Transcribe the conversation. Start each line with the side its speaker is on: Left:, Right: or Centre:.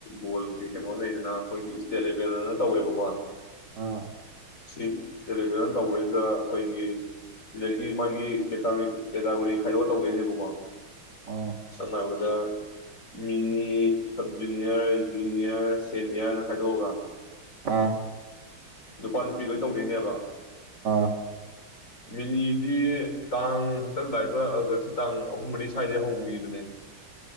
Left: ꯒꯣꯜꯒꯤ ꯀꯩꯅꯣ ꯂꯩꯗꯅ ꯑꯩꯈꯣꯏꯒꯤ ꯏꯁꯇꯦꯠ ꯂꯦꯚꯦꯜꯗꯅ ꯇꯧꯋꯦꯕꯀꯣ
Right: ꯑ
Left: ꯁꯤ ꯇꯦꯂꯤꯚꯖꯟ ꯇꯧꯕꯩꯗ ꯑꯩꯈꯣꯏꯒꯤ ꯁꯤꯗꯒꯤ ꯃꯥꯒꯤ ꯀꯦꯇꯥꯒꯣꯔꯤ ꯈꯥꯏꯗꯣꯛꯑ ꯇꯧꯗꯣꯏꯅꯦꯕꯀꯣ
Right: ꯑꯣ
Left: ꯁꯅꯥꯎꯖ mini sub junior junior senior ꯈꯥꯏꯗꯣꯛꯑꯒ
Right: ꯑꯥ
Left: ꯅꯨꯄꯥ ꯅꯨꯄꯤ ꯂꯣꯏ ꯇꯧꯗꯣꯏꯅꯦꯕ
Right: ꯑꯥ
Left: ꯃꯤꯅꯤꯗꯤ ꯇꯥꯡ ꯍꯟꯇꯛ ꯂꯥꯛꯏꯕ ꯑꯥꯒꯁꯁꯤ ꯇꯥꯡ ꯑꯍꯨꯝ ꯃꯔꯤ ꯁ꯭ꯋꯥꯏꯗꯩ ꯍꯧꯈꯤꯕꯅꯦ